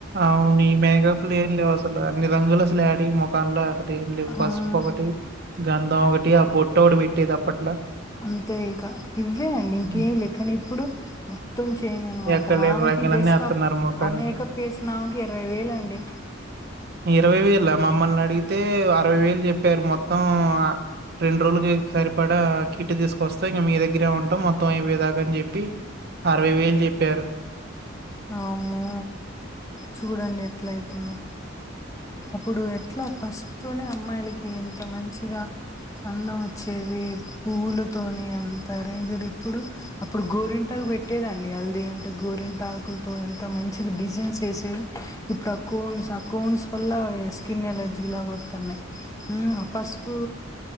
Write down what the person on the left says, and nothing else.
ఆ
అంతే ఇక ఇవే అండి ఇంకేం
లేకని ఇప్పుడు మొత్తం చేంజ్ అనమాట
ఆమెకి
జస్ట్
ఆ
ఆ మేకప్ వేసిన ఆమెకి ఇరవై వేలు అండి
అమ్మో చూడండి ఎట్లా అయితుందో అప్పుడు ఎట్లా పసుపు తోనే అమ్మాయిలకి ఇంత మంచిగా అందం వచ్చేది పువ్లతోని స రేంజర్ ఇప్పుడు అప్పుడు గోరింటాకు పెట్టేదండి హల్ది అంటే గోరింటా ఎంత మంచి డిజైన్స్ వేసేది ఇప్పుడు ఆ కోన్స్ ఆ కోన్స్ వల్ల స్కిన్ ఎలర్జీ లాగా వతున్నయి ఉమ్ ఆ పసుపు